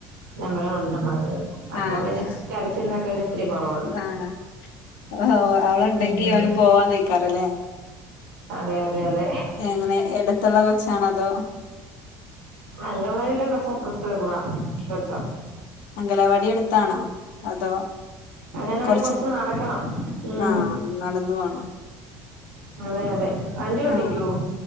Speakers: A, on the right (about 70°); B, on the left (about 60°).
A: നമ്മൾ മണ്ടൻ മാരായി. അപ്പൊ
B: ആഹ്
A: പിന്നെ കരച്ചിൽനൊക്കെ ഒരു ഇത്തിരി കുറവുണ്ട്.
B: ആഹ് ഓഹ് അവളൊണ്ടെങ്കി
A: ഉം
B: അവനും പോവാ ന്നൈക്കാണല്ലേ.
A: അതെ അതെ അതെ.
B: എങ്ങനെ എടുത്തുള്ള കൊച്ചാണോ അതോ
A: അങ്കൻവാടിയുടെ കൊറച്ചപ്പറത്തുള്ള കൊച്ച.
B: അങ്കലവാടി അടുത്താണോ? അതോ
A: അംഗൻവാടി
B: കൊറച്ച്
A: നടക്കണം ഉം
B: ആഹ്. നടന്ന് പോണം.
A: അതെ അതെ. വണ്ടി ഓട്ടിക്കോ?
B: ആഹ്